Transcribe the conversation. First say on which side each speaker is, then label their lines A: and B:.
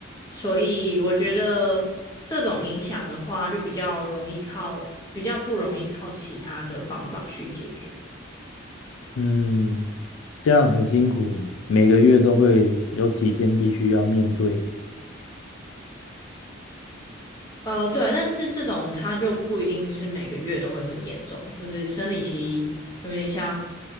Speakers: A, on the left; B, on the left.
A: 所以我觉得这种影响的话，就比较容易靠，比较不容易靠其他的方法去解决。
B: 嗯，这样很辛苦诶每个月都会有几天必须要面对。
A: 呃，对啊，但是这种它就不一定是每个月都会这么严重，就是生理期有点像